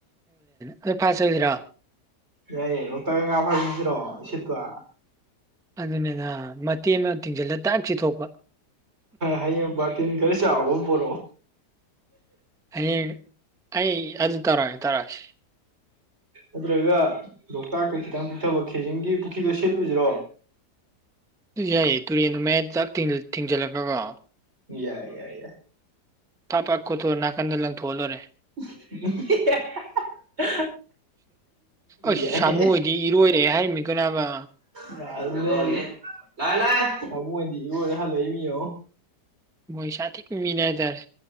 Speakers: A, in the centre; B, on the right.
A: ꯑꯗꯨꯣꯏ ꯐꯁ ꯑꯣꯏꯗꯔꯥꯣ
B: ꯌꯥ ꯔꯛꯇ ꯐꯁꯤꯔꯣ ꯁꯤꯠꯇꯋꯥ
A: ꯑꯗꯨ ꯑꯗꯨꯅꯦꯦꯒ ꯃꯇꯦꯛ ꯑꯃ ꯇꯤꯡꯁꯤꯜꯂ ꯇꯥꯛꯁꯤ ꯊꯣꯛꯄ
B: ꯍꯌꯦꯡ ꯕꯥꯔꯇꯤꯟ ꯈꯔ ꯆꯥꯎꯕ ꯑꯃ ꯄꯣꯔꯛꯑꯣ
A: ꯍꯌꯦꯡ ꯑꯩ ꯑꯗꯨ ꯇꯧꯔꯛꯑꯁꯤ ꯇꯥꯔꯛꯑꯁꯤ
B: ꯅꯠꯇ꯭ꯔꯒ ꯂꯣꯛꯇꯥꯛꯇ ꯈꯤꯇꯪ ꯄꯤꯛꯊꯕ ꯈꯦꯖꯤꯡꯒꯤ ꯄꯨꯈ꯭ꯔꯤꯗꯣ ꯁꯤꯦꯠꯂꯨꯁꯤꯔꯣ
A: <unintelligible> ꯑꯗꯨ ꯌꯥꯏꯌꯦ ꯇꯨꯔꯦꯟꯗꯨ ꯃꯌꯥ ꯆꯥꯛ ꯊꯤꯡꯖꯜꯂꯛꯒꯒꯣ
B: ꯌꯥꯏ ꯌꯥꯏ ꯌꯥꯏ
A: ꯇꯥꯞ ꯍꯥ ꯀꯣ ꯇꯣꯅꯥꯀꯟꯗ ꯂꯪ ꯊꯣꯜꯗꯣꯔꯦ
B: <inaudible>
A: ꯑꯩꯁ
B: ꯌꯥꯏ
A: ꯁꯥꯃꯨꯣꯏꯗꯤ ꯏꯔꯣꯏꯔꯦ ꯍꯥꯏꯔꯝꯃꯤꯀꯣꯅꯥꯕ
B: ꯂ ꯂ ꯂꯗꯤꯕꯨ ꯍꯃꯤ ꯑ
A: ꯃꯣꯏ ꯁꯥꯊꯤꯕ ꯃꯤꯅꯦ ꯍꯥꯏꯇꯥꯔꯦ